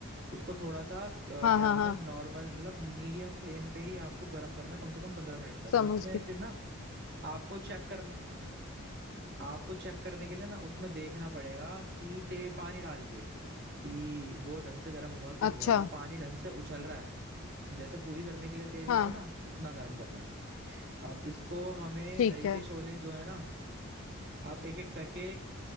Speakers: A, on the right; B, on the left.
A: उसको थोड़ा सा अ, क्या
B: हाँ हाँ
A: नाम
B: हाँ
A: है नॉर्मल मतलब मीडियम फ्लेम पे ही आपको गरम करना है, कम से कम पंद्रह मिनट तक
B: समझ
A: और उसमें
B: गई
A: फिर ना आपको चेक करने आपको चेक करने के लिए ना उसमें देखना पड़ेगा कि ते पानी डाल के कि वो ढंग से गर्म हुआ कि
B: अच्छा
A: नहीं हुआ अगर पानी ढंग से उछल रहा है जैसे पूरी तरने के लिए तेल होता
B: हाँ
A: है ना उतना गर्म करना है अब इसको हमें
B: ठीक
A: दही
B: है
A: के शोले जो है ना आप एक एक करके